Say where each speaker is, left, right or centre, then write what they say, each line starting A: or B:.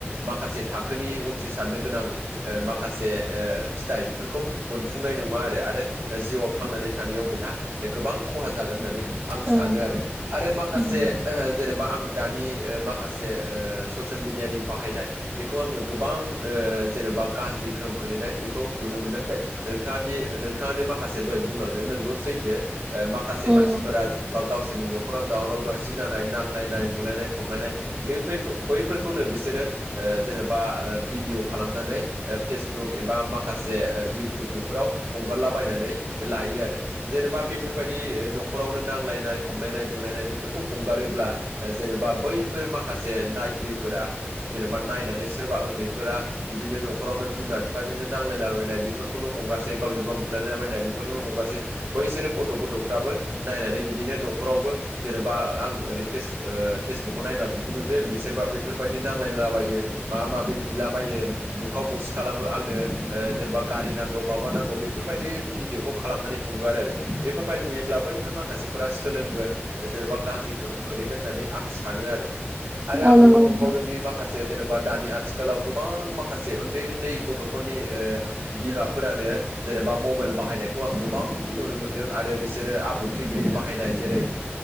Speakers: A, on the right (about 80°); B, on the right (about 30°).
A: माखासे थाखोनि उथ्रिसारनो गोनां ओ माखासे ओ फिथाइ बेफोरखौ खौ मोनफुंनाय नंआ आरो आरो ओ जिउआव थांनानै थानायाव बेहा ओ गोबां खहा जागोन होननानै आं
B: उम,
A: सानो आरो आरो माखासे
B: उम,
A: ओ जेनेबा आं दानि ओ माखासे जे ओ ससियेल मिडियानि बाहायनाय बेखौ आङो गोबां ओ जेनेबा गाज्रि गोहोम खोलै नाय बेखौ नुनो मोनदों नोंथांआ दि नोंथाआनो माखासे दहाय बुंलांदों नंगौ सैथो माखासे
B: उम,
A: मानसिफोरा जेनेबा गावसोरनि न'खराव दावराव दावसि जानाय नांलायनाय बुलायनाय खमलायनाय बेफोरखौ बैफोरखौनो बिसोरो ओ जेन'बा ओ बिदि भिडिअ खालामनानै ओ‌‌ फेसबुक एबा माखासे ओ इउटुब बेफोराव हगारलाबायनानै लायो आरो जेनेबा बेफोरबायदि ओ न'खरावनो नांलायनाय खमलायनाय बुलायनाय बेफोरखौ हगारोब ब्ला ओ जेनेबा बैफोर माखासे नायगिरिफोरा जेनेबा नायनानै सोरबा उन्दैफोरा ओ बिदिनो न'खरावनो बिमा बिफाजोंनो नांलायलाबायनाय बेफोरखौनो हगारसै गावजों गाव बुलायलाबायनाय बेफोरखौनो हगारसै बैसोरो गथ' गथ'फ्राबो नायनानै बिदिनो न'खरावबो जेनेबा आं ओरै फेस ओ फेसबुकाव नायबा बिदि नुदों बिसोरबा बेफोरबायदि नांलायलाबायो माबा माबि बिलाबायो यो बुखाव बुसि खालामो आंनो ओ जेनेबा गारि नांगौ माबा नांगौ बेफोरबायदि भिडिअखौ खालामनानै हगारो आरो बेफोरबायदि नुयोब्ला बैफोर माखासेफोरा सोलोंगोन जेन'बा गाज्रिखौ गोहोम खोलैगोन होननानै आं सानो आरो‌ आरो
B: औ
A: आं
B: नंगौ
A: नुनो
B: नोंथां
A: मोनबावदों दि माखासे जेन'बा दानि आथिखालाव गोबां माखासे ओ उन्दै उन्दै गथ'फोरनि ओ बिमाफोरानो जेनेबा मबाइल बाहायनायखौ आं गोबां नुनो मोनदों आरो बिसोरो आब्रुथि गैयै बाहायनाय जेरै